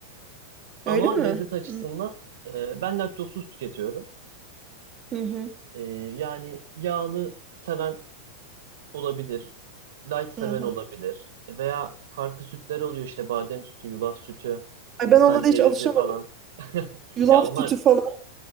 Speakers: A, on the right (about 70°); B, on the right (about 25°).
A: Ama
B: Öyle mi?
A: lezzet açısından
B: Hı
A: e, ben laktozsuz tüketiyorum.
B: hı.
A: E, yani yağlı seven olabilir. Light seven
B: Hı hı.
A: olabilir. Veya farklı sütler oluyor işte badem sütü, yulaf sütü,
B: Ay
A: Hindistan
B: ben onlara
A: cevizi
B: hiç alışamadım.
A: falan. <laughs>
B: Yulaf
A: Ya onlar
B: sütü falan.